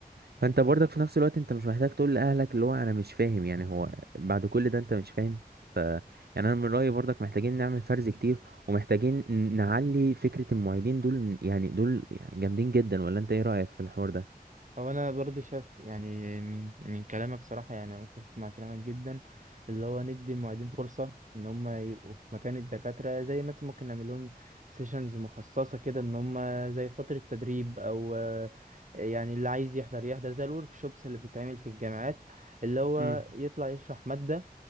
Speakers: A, on the right (about 85°); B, on the right (about 50°).
A: فانت برضك في نفس الوقت انت مش محتاج تقول لاهلك اللي هو انا مش فاهم يعني هو بعد كل ده انت مش فاهم ف يعني انا من رايي برضك محتاجين نعمل فرز كتير ومحتاجين ن- نعلي فكره المعيدين دول من- يعني دول يعني جامدين جدا ولا انت ايه رايك في الحوار ده
B: هو انا برضه شايف يعني من من كلامك صراحه يعني انا متفق مع كلامك جدا اللي هو ندي المعيدين فرصه ان هم يبقوا في مكان الدكاتره زي مثلا ممكن نعمل لهم سيشنز مخصصه كده ان هم زي فتره تدريب او آه، يعني اللي عايز يحضر يحضر زي الورك شوبس اللي بتتعمل في الجامعات اللي هو
A: امم
B: يطلع يشرح ماده